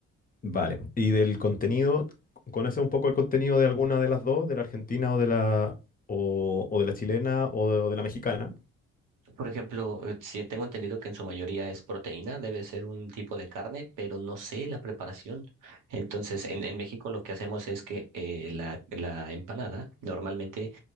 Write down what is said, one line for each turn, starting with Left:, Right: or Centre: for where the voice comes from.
Left: Vale. Y del contenido, ¿conoces un poco el contenido de alguna de las dos, de la argentina o de la, o, o de la chilena o de o de la mexicana?
Right: Por ejemplo, eh, sí tengo entendido que en su mayoría es proteína, debe ser un tipo de carne, pero no sé la preparación. Entonces, en, en México lo que hacemos es que eh, la, la empanada normalmente